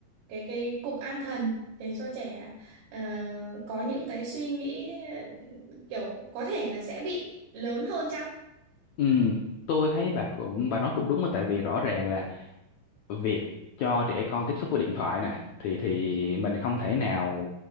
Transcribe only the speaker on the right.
cái cái cục an thần để cho trẻ ờ, có những cái suy nghĩ ờ, kiểu có thể là sẽ bị lớn hơn chăng